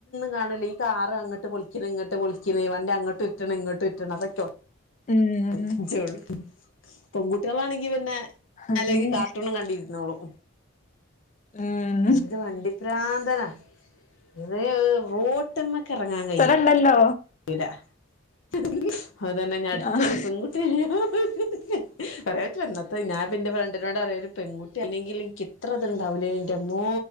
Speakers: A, on the left; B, on the left.
A: ണല്ലോ ഈ കാറ് അങ്ങട്ട് പൊളിക്കണ ഇങ്ങോട്ട് പൊളിക്കണേ വണ്ടി അങ്ങട്ട് ഉരുട്ടണ് ഇങ്ങട്ട് ഉരുട്ടണ് അതൊക്കെയോ
B: ഉം
A: <unintelligible> ള്ളു പെൺകുട്ടികളാണെങ്കി പിന്നെ
B: അങ്ങനെ
A: അല്ലെങ്കി കാർട്ടൂണും കണ്ടിരുന്നോളും
B: ഉം
A: ഇത് വണ്ടി പ്രാന്തന ഇത് റോട്ട്മ്മേക്കെറങ്ങാൻ കയ്യ
B: ണ്ടല്ലോ
A: <unintelligible> അതന്നെ ഇനി അടുത്ത
B: ആഹ്
A: ഒരു പെൺകുട്ടിയായ <unintelligible> പറയാ <unintelligible> ഞാൻ പിന്നെ ഫ്രണ്ടിനോട് പറയും പെൺകുട്ടി ആണെങ്കില് എനിക്ക് ഇത്ര ഇത്ണ്ടാവില്ല എന്റമ്മോ